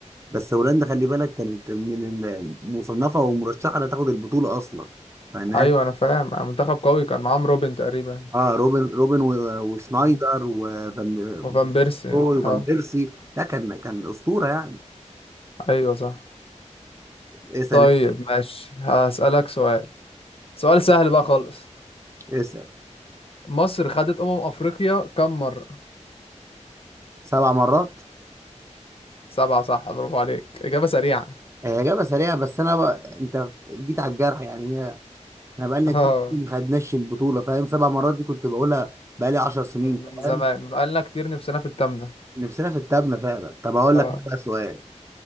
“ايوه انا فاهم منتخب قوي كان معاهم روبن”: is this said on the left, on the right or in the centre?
Left